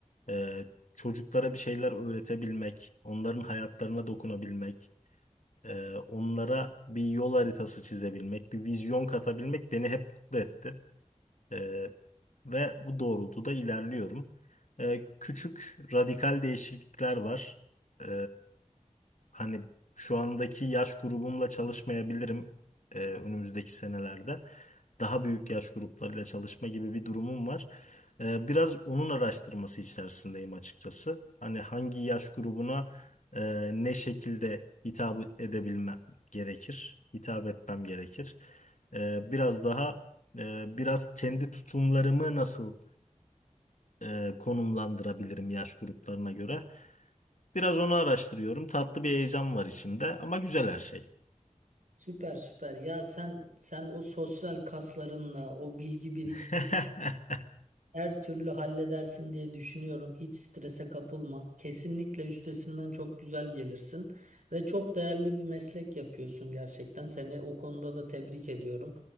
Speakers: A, on the left (about 75°); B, on the right (about 85°).
A: E, çocuklara bir şeyler öğretebilmek, onların hayatlarına dokunabilmek, e, onlara bir yol haritası çizebilmek, bir vizyon katabilmek beni hep mutlu etti. E, ve bu doğrultuda ilerliyorum. E, küçük radikal değişiklikler var. E, hani şu andaki yaş grubumla çalışmayabilirim e, önümüzdeki senelerde daha büyük yaş gruplarıyla çalışma gibi bir durumum var. Ee, biraz onun araştırması içerisindeyim açıkçası. Hani hangi yaş grubuna e, ne şekilde hitap edebilmem gerekir, hitap etmem gerekir. Ee, biraz daha e, biraz kendi tutumlarımı nasıl e, konumlandırabilirim yaş gruplarına göre. Biraz onu araştırıyorum. Tatlı bir heyecan var içimde ama güzel her şey.
B: Süper süper. Ya sen sen o sosyal kaslarınla, o bilgi birikimi
A: <laughs>
B: Her türlü halledersin diye düşünüyorum. Hiç strese kapılma. Kesinlikle üstesinden çok güzel gelirsin ve çok değerli bir meslek yapıyorsun gerçekten. Seni o konuda da tebrik ediyorum.